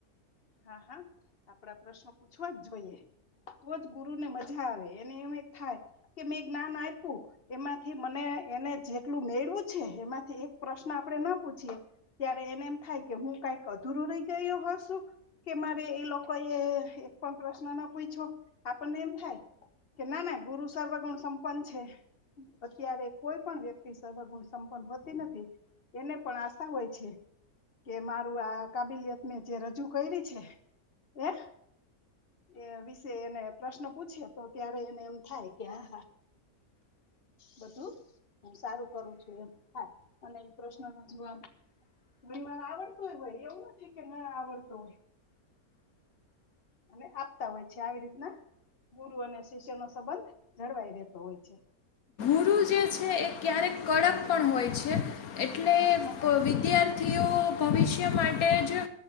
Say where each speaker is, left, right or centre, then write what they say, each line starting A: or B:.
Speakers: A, on the left; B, on the left.
A: હા હા આપડા પ્રશ્નો પૂછવા જ જોઈએ. તો જ ગુરુ ને મજા આવે એને એમ એ થાય કે મેં જ્ઞાન આપ્યું એમાંથી મને. એને જેટલું મેળવું છે, એમાંથી એક પ્રશ્ન આપડે ના પૂછીએ ત્યારે એને એમ થાય કે હું. કઈક અધુરું રહી ગયું હ શું. કે મારે એ લોકો એ એક પણ પ્રશ્ન ના પૂયછો આપણને એમ થાય કે ના ના. ગુરુ સર્વગુણ સંપન્ન છે. અત્યારે કોઈ પણ વ્યક્તિ સર્વગુણ સંપન્ન હોતી નથી. એને પણ આશા હોય છે કે મારું આ કાબિલિયત ને જે રજૂ. કયરી છે એ. એ વિશે એને પ્રશ્ન પૂછે તો ત્યારે એને એમ થાય કે આ હા. બધું. હ સારું કરું છું એમ હા અને એ પ્રશ્ન નો જવાબ. ઘણીવાર આવડતું હોય ભાઈ એવું નથી છે કે ના આવડતો હોઈ. અને આપતા હોય છે આવી રીતના. ગુરુ અને શિષ્ય નો સંબંધ જળવાઈ રહેતો હોય છે.
B: ગુરુ જે છે, એ ક્યારેક કડક પણ હોય છે, એટલે
A: હા હા
B: વિદ્યા થીઓ ભવિષ્ય માટે જ